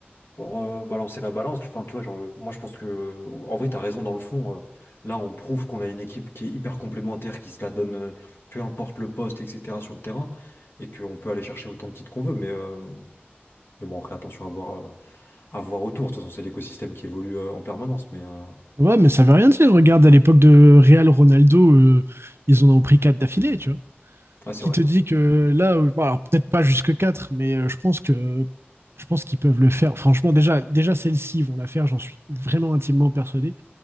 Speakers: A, on the left; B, on the right.
A: pour, euh, balancer la balance. Enfin, tu vois, genre, euh, moi, je pense que, euh, en vrai, t'as raison dans le fond. euh, là, on prouve qu'on a une équipe qui est hyper complémentaire, qui se la donne, euh, peu importe le poste, etc., sur le terrain, et qu'on peut aller chercher autant de titres qu'on veut. Mais. euh, mais bon, après, attention à voir. euh, à voir autour. De toute façon, c'est l'écosystème qui évolue euh, en permanence, mais euh,
B: Ouais, mais ça veut rien dire. Regarde, à l'époque de Real Ronaldo, euh, ils en ont pris 4 d'affilée, tu vois.
A: ouais, c'est
B: Qui
A: vrai.
B: te dit que là, euh, bon, alors peut-être pas jusque 4, mais euh, je pense que je pense qu'ils peuvent le faire. Franchement, déjà, déjà celle-ci, ils vont la faire, j'en suis vraiment intimement persuadé.